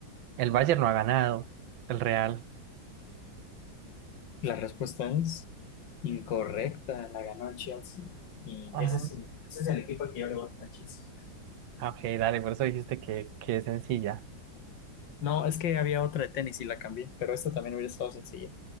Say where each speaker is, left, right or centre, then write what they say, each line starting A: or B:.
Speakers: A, on the right; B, on the left.
A: El Bayern no ha ganado. El Real.
B: La respuesta es incorrecta, la ganó el Chelsea. Y
A: Ah,
B: ese es, ese es el equipo al que yo le voy a Chelsea.
A: ah, ok, dale. Por eso dijiste que, que es sencilla.
B: No, es que había otra de tenis y la cambié, pero esta también hubiera estado sencilla.